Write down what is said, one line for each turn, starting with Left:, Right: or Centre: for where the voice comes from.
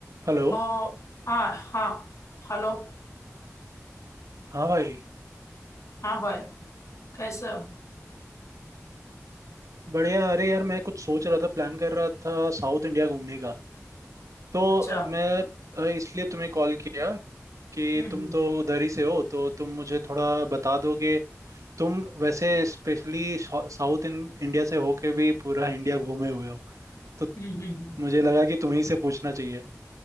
Right: हेलो
Left: तो हाँ हाँ हेलो
Right: हाँ भाई
Left: हाँ भाई कैसे हो
Right: बढ़िया अरे यार मैं कुछ सोच रहा था प्लान कर रहा था साउथ इंडिया घूमने का तो
Left: अच्छा
Right: अ, मैं अ, इसलिए तुम्हें कॉल किया कि
Left: हम्म हम्म
Right: तुम तो उधर ही से हो तो तुम मुझे थोड़ा बता दोगे तुम वैसे स्पेशली साउथ इन, इंडिया से होके भी पूरा इंडिया घूमे हुए हो तो
Left: हम्म हम्म हम्म,
Right: मुझे लगा कि तुम्ही से पूछना चाहिए